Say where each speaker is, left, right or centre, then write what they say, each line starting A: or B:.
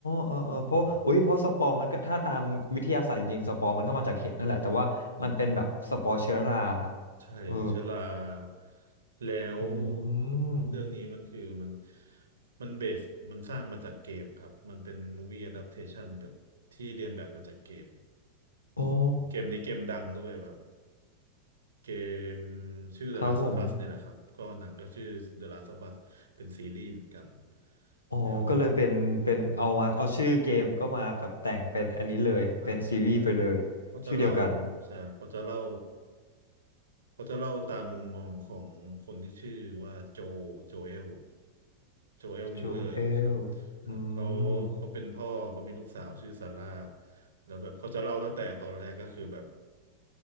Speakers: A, on the left; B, on the right.
A: เออเออเพราะอุ้ยเพราะสปอร์มันก็ถ้าตามวิทยาศาสตร์จริงๆสปอร์มันก็มาจากเห็ดนั่นแหละแต่ว่ามันเป็นแบบสปอร์เชื้อรา
B: อืม ใช่มันเชื้อราครับ
A: เออ
B: แล้ว
A: อืม
B: เรื่องนี้มันคือมันมันเบสมันสร้างมาจากเกมครับ มันเป็นมูวี่อะดัปเทชันแบบที่เรียนแบบมาจากเกม
A: โอ้
B: อืมเกมนี้เกมดังด้วยแบบเกมชื่อ The
A: ครับผม
B: Last of Us เนี่ยแหละครับ ก็หนังก็ชื่อ The Last of Us เป็นซีรีส์เหมือนกัน
A: อ๋อก็เลยเป็นเป็น
B: แล้วครับ
A: เอามา เอาชื่อเกมก็มาแบบแต่งเป็นอันนี้เลยเป็นซีรีส์ไปเลย
B: <coughs> ครับ เขาจะเล่า
A: ชื่อเดียวกัน
B: ใช่ครับเขาจะเล่าเขาจะเล่าตามมุมมองของคนที่ชื่อว่าโจโจเอล โจเอลมิลเลอร์ครับครับเขา
A: จูเอลอืม
B: เขาเป็นพ่อ เขามีลูกสาวชื่อซาร่า แล้วแบบเขาจะเล่าตั้งแต่ตอนแรกก็คือแบบ